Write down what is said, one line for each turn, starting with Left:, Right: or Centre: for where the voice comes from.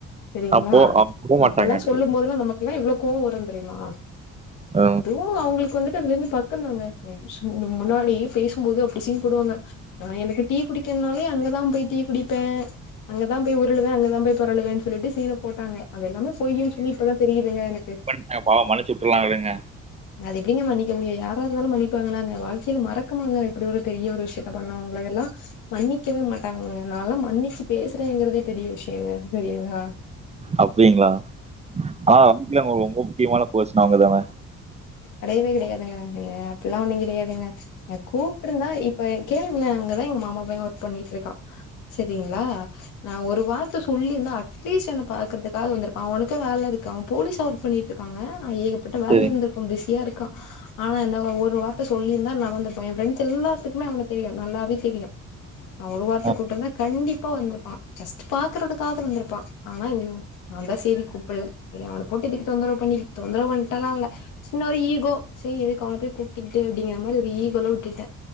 Left: செரிங்களா
Right: அப்போ அவங்க போ மாட்டாங்க
Left: அப்பெல்லா
Right: எனக்கு
Left: சொல்லு போதெல்லா நமக்குல்லா எவ்ளோ கோவ வரு தெரியுமா
Right: ஆ
Left: அதுவு அவு ங்களுக்கு வந்துட்டு அங்க இருந்து பக்கோதாங்க ம் சு முன்னாடியே பேசுபோது அப்டி சீன் போடுவாங்க அ எனக்கு டீ குடிக்கனாலே அங்கதா போய் டீ குடிப்பே அங்கதா போய் உருளுவே அங்கதா போய் பொறளு வே சொல்லிட்டு சீன போட்டாங்க அது எல்லாமே பொய்யு சொல்லி இப்பதா தெரியுதுங்க எனக்கு
Right: எங்க பாவோ மன்னிச்சு விட்ருலா விடுங்க
Left: அது எப்டிங்க மன்னிக்க முடியு யாரா இருந்தாலு மன்னிப்பாங்களாங்க வாழ்க்கையில மறக்குமாங்க இப்டி ஒரு பெரிய ஒரு விஷ்யத்த பண்ணாவங்கள எல் லா மன்னிக்கவே மாட்டாங்கங்க நாலா மன்னிச்சு பேசுறேங்கறதே பெரிய விஷ்யங்க தெரியுங்களா
Right: அப்டிங்களா ஆ சமீபத்துல உங்களுக் ரொம்ப முக்கியமான பர்சன் அவுங்கதான
Left: கடையவே கடையாதுங்க நீங்க அப்டிலா ஒண்ணு கிடையாதுங்க ஏங் கூப்டுருந்தா இப்ப கேளுங்களே அங்கதா எங்க மாமாபைய ஒர்க் பண்ணிட்டு இருக்கா செரிங்களா நா ஒரு வார்த்த சொல்லிருந்தா அட்லீ லிஸ்ட் என்ன பாக்கறதுக்காக வந்திருப்பா அவனுக்கு வேல இருக்கு அவன் போலீஸா ஒர்க் பண்ணிகிட்ருக்காங்க ஏகப்பட்ட வேல
Right: சேரி
Left: இருந்திரு பிஸியா இருக்கா ஆனா என்ன ஒரு வார்த்த சொல்லிருந்தா நா வந்துருப்ப என் ஃப்ரண்ட்ஸ் எல்லாத்துக்குமே அவன தெரியு நல்லா வே தெரியு நா ஒரு வார்த்த
Right: ஆ
Left: கூப்பிட்ருந்த கண்டிப்பா வந்திருப்பா ஜஸ்ட் பாக்குறதுக்காவுது வந்திருப்பா ஆனா இவங் நா தா செரி கூப்பிடல செரி அவன போட்டு எதுக்கு தொந்தரோ பண்ணிகிட் தொந்தரோ பண்ணிட்டாலா இல்ல சின்ன ஒரு ஈகோ செரி எதுக்கு அவனு போய் கூப்டுகிட்டு அப்டிங்கிற மாரி ஒரு ஈகோல வுட்டுட்டே